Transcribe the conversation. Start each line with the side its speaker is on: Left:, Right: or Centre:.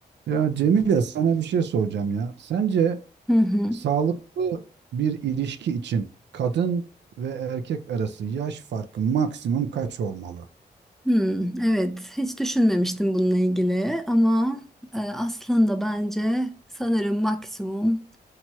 Right: Ya Cemile sana bir şey soracağım ya. Sence
Centre: Hı hı.
Right: sağlıklı bir ilişki için kadın ve erkek arası yaş farkı maksimum kaç olmalı?
Centre: Hmm, evet, hiç düşünmemiştim bununla ilgili ama e, aslında bence sanırım maksimum